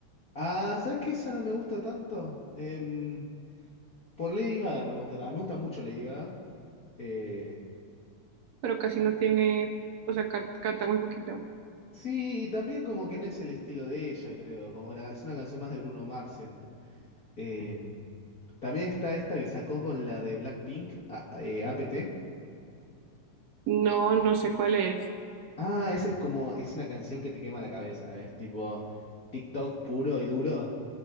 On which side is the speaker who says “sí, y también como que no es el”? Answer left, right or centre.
Left